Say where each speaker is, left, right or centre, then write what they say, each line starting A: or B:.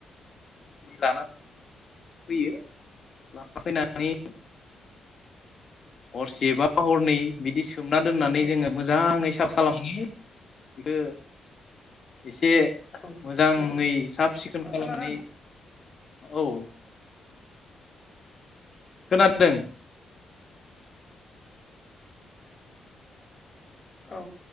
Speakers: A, on the left; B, on the left.
A: लाना फैयो लाना फैनानै हरसेबा हरनै बिदि सोमना दोननानै
B: औ
A: जोङो मोजाङै सा खालामो बेखौ एसे एसे
B: औ
A: मोजाङै
B: नंगौ
A: साब सिखोन
B: औ
A: खालामनानै
B: खोनादों
A: औ खोनादों
B: औ